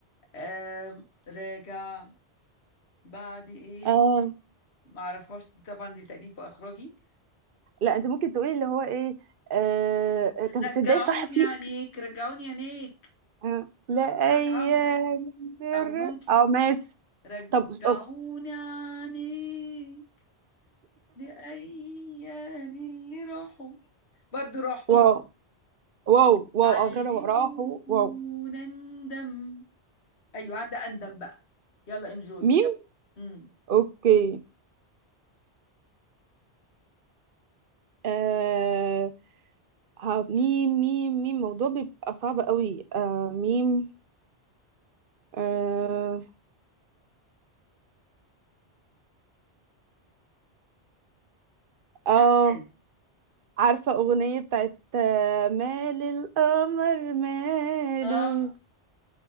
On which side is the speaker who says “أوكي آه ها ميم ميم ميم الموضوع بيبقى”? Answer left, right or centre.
Right